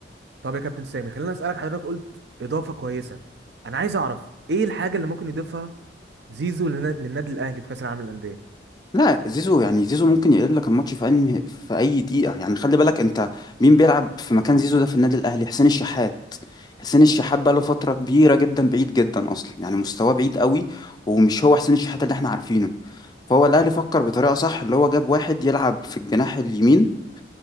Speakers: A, on the right; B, on the left.
A: طب يا كابتن سامي خلينا اسالك حضرتك قلت اضافه كويسه انا عايز اعرف ايه الحاجه اللي ممكن يضيفها زيزو لن... للنادي الاهلي في كاس العالم للانديه
B: لا زيزو يعني زيزو ممكن يقلب لك الماتش في أي في أي دقيقة يعني خلي بالك أنت مين بيلعب في مكان زيزو ده في النادي الأهلي حسين الشحات حسين الشحات بقى له فترة كبيرة جدا بعيد جدا أصلا يعني مستواه بعيد قوي ومش هو حسين الشحات اللي احنا عارفينه فهو الأهلي فكر بطريقة صح اللي هو جاب واحد يلعب في الجناح اليمين